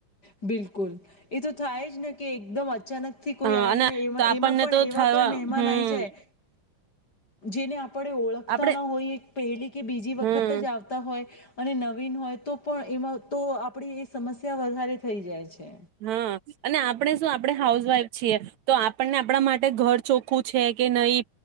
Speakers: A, on the left; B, on the right.
A: બિલકુલ એ તો થાય જ ને કે એકદમ અચાનક થી કોઈ
B: હ
A: આવે
B: અને
A: એ
B: તો આપણને
A: એમાં પણ
B: તો
A: એવા
B: થવા
A: કોઈ મહેમાન
B: હમ
A: આઈ જાય જિને આપને આપણે ઓળખતા
B: આપડે
A: ના હોય પહેલી કે બીજી વખત
B: હમ
A: જ આવતા હોય અને નવીન હોય તો પણ એમાં તો આપડી એ સમ ત્યા વધારે થઇ જાય છે
B: હા અને આપણે શું આપણે હાઉસવાઈફ છીએ તો આપણને આપણા માટે ઘર ચોખ્ખું છે કે નહી